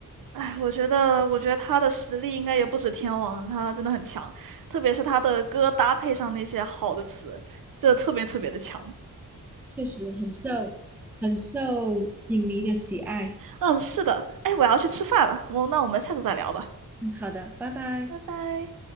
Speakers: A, on the right; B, in the centre.
A: 哎，我觉得，我觉得他的实力应该也不止天王，他真的很强，特别是他的歌搭配上那些好的词，就特别特别的强。
B: 确实很受很受影迷的喜爱。
A: 嗯，是的，哎，我要去吃饭了，我那我们下次再聊吧，
B: 嗯，好的，拜拜。
A: 拜拜。